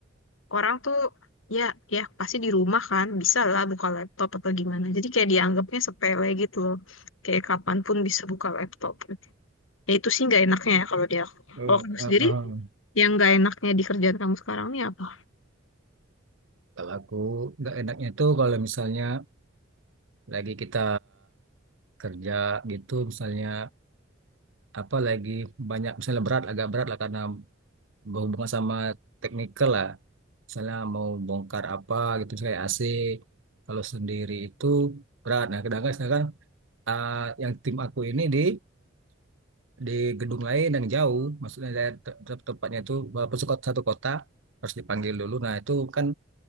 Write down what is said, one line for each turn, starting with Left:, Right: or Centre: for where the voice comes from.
Left: orang tuh ya ya pasti di rumah kan, bisa lah buka laptop atau gimana. Jadi kayak dianggapnya sepele gitu loh, kayak kapanpun bisa buka laptop. gitu. Ya itu sih nggak enaknya ya kalau dia.
Right: Oh,
Left: Kalau kamu
Right: oh,
Left: sendiri
Right: oh.
Left: yang nggak enaknya di kerjaan kamu sekarang nih apa?
Right: Kalau aku nggak enaknya tuh kalau misalnya lagi kita kerja gitu, misalnya apa lagi banyak misalnya berat agak berat lah karena berhubungan sama teknikal lah misalnya mau bongkar apa gitu misalnya AC kalau sendiri itu berat nah kadang sedangkan ah, yang tim aku ini di di gedung lain yang jauh maksudnya saya te- te- tempatnya itu walaupun suka- satu kota harus dipanggil dulu nah itu kan